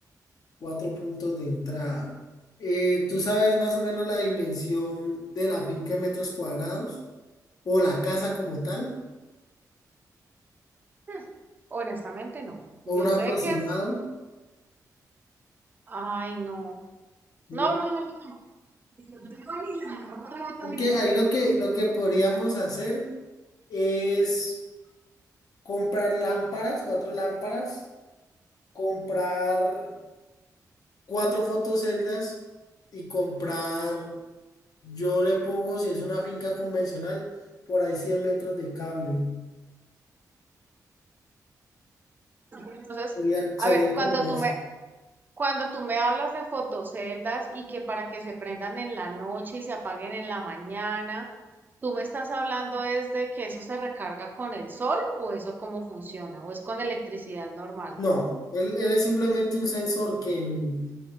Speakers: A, on the left (about 60°); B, on the right (about 30°).
A: Cuatro puntos de entrada. Eh, ¿tú sabes más o menos la dimensión de la finca en metros cuadrados? ¿O la casa como tal?
B: Hmm, Honestamente, no. Yo
A: ¿O un aproximado?
B: sé que es... Ay, no.
A: ¿No?
B: No, no, no. no. No tengo ni la mejor
A: Porque
B: idea.
A: ahí lo que, lo que podríamos hacer es comprar lámparas, cuatro lámparas comprar cuatro fotoceldas y comprar, yo le pongo, si es una finca convencional, por ahí 100 metros de cable.
B: Entonces,
A: Sería,
B: a
A: sería
B: ver, cuando
A: como
B: tú
A: ese.
B: me, cuando tú me hablas de fotoceldas y que para que se prendan en la noche y se apaguen en la mañana, ¿tú me estás hablando es de que eso se recarga con el sol o eso cómo funciona? ¿O es con electricidad normal?
A: No, él, él es simplemente un sensor que en,